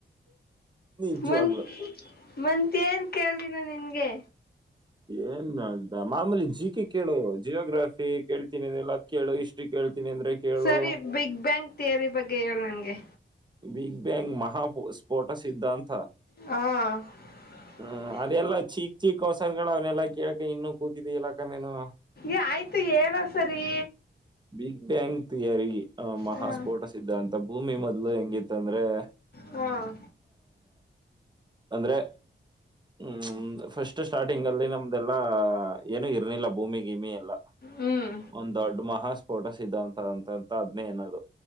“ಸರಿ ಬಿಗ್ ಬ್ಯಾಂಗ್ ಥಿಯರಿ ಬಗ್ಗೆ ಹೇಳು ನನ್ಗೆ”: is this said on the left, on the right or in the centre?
Left